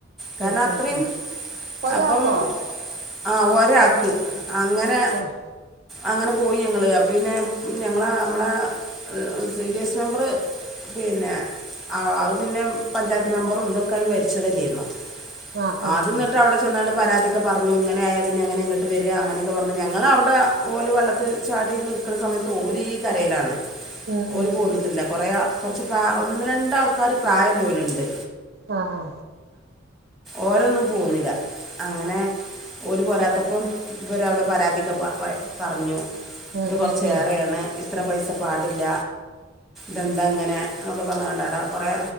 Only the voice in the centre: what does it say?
കാരണം
അത്രയും
അപ്പം ആ ഒരാക്ക്. അങ്ങനെ
അങ്ങനെ പോയി ഞങ്ങള് അപ്പ പിന്നെ ഞങ്ങളെ നമ്മളെ സി. ഡി. എസ് മെമ്പറ് പിന്നെ ആ അത് പിന്നെ പഞ്ചായത്ത് മെമ്പറും ഇതൊക്കെ ആയി ഭരിച്ചതല്ലേരുന്നോ?
ആ
അത് എന്നിട്ട്
അവിടെ ചെന്നാണ്ട് പരാതി ഒക്കെ പറഞ്ഞു ഇങ്ങനെയായാൽ പിന്നെങ്ങനെ ഇങ്ങോട്ട് വരിക അങ്ങനൊക്കെ പറഞ്ഞു ഞങ്ങളവിടെ ഓല് വെള്ളത്തില് ചാടി നിൽക്കുന്ന സമയത്ത് ഓല് ഈ കരയിലാണ്.
ഓര്
പോന്നിട്ടില്ല. കൊറെ കുറച്ച് പ്ര ഒന്ന് രണ്ട് ആൾക്കാര് പ്രായം ഉള്ളോലുണ്ട്.
ഓരൊന്നും പോന്നില്ല. അങ്ങനെ ഓര് പോരാത്തപ്പം ഇവരവിടെ പരാതിയൊക്കെ പറഞ്ഞു.
ഇത് കുറച്ച്
ഏറെയാണ്. ഇത്ര പൈസ പാടില്ല. ദെന്താ ഇങ്ങനെ എന്നൊക്കെ പറഞ്ഞു കണ്ട് അവിട കുറെേ